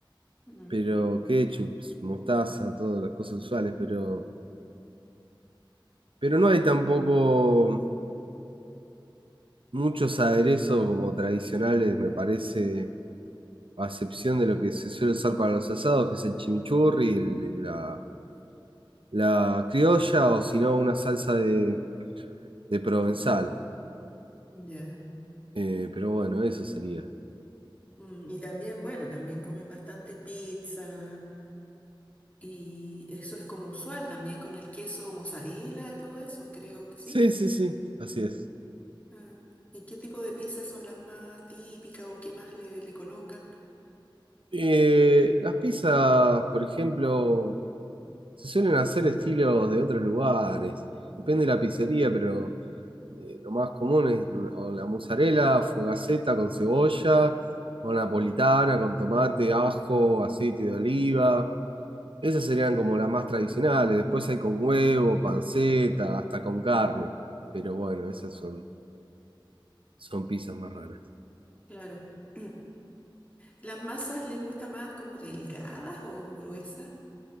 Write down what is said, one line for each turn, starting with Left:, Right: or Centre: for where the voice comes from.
Left: Mm.
Right: pero ketchup, mostaza, todas las cosas usuales, pero, pero no hay tampoco. Muchos aderezos como tradicionales, me parece, a excepción de lo que se suele usar para los asados, que es el chimichurri, el- la, la criolla o si no una salsa de, de provenzal.
Left: Ya.
Right: Eh, pero bueno, eso sería.
Left: Mm, Y también, bueno, también comen bastante pizza y eso es como usual también con el queso mozzarella, todo eso, creo que sí.
Right: Sí, sí, sí, así es.
Left: Ah, ¿Y qué tipo de pizzas son las más típicas o qué más le, le colocan?
Right: Eh, las pizzas, por ejemplo, se suelen hacer estilos de otros lugares. Depende de la pizzería, pero eh, lo más común es o la mozzarella, fugaceta con cebolla, o napolitana con tomate, ajo, aceite de oliva. Esas serían como las más tradicionales. Después hay con huevo, panceta, hasta con carne. Pero bueno, esas son, son pizzas más raras.
Left: Claro. <clears throat> ¿Las masas les gusta más como delgadas o gruesas?